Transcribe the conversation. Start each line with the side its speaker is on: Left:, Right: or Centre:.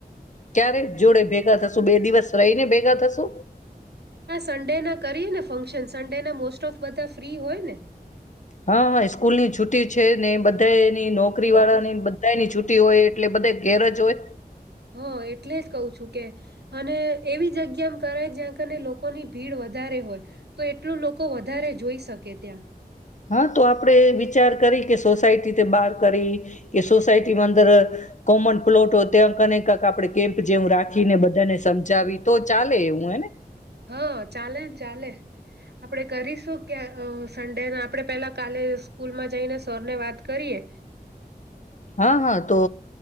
Left: ક્યારે જોડે ભેગા થશુ બે દિવસ રહી ને ભેગા થશુ?
Right: હા સન્ડે ના કરીએ ને ફંક્શન સન્ડેના મોસ્ટ ઓફ બધા ફ્રી હોય ને?
Left: હા હા સ્કૂલ ની છૂટી છે ને બધાએ ની નોકરી
Right: હ
Left: વાળા ની બધાની છૂટ ટી હોય એટલે બધા ધેરજ હોય.
Right: હા એટલે જ કહું છું કે અને એવી જગ્યામ કરાય જ્યાં કને લોકોની ભીડ વધારે હોય તો એટલું લોકો વધારે જોઈ શકે ત્યાં.
Left: હા તો આપણે વિચાર કરયે કે સોસાયટી તે બહાર કરયે કે, સોસાયટીમાં, અંદર કોમન પ્લોટ હોય ત્યાં કને કંક આપણે કેમ્પ જેવું રાખીને બધાને સમજાવી તો ચાલે એવું હને?
Right: હા ચાલેને ચાલે આપણેે કરીશું ક્યા સન્ડે ના આપણે પેલા કાલે સ્કૂલમાં જઈને સરને વાત કરીએ.
Left: હા હા તો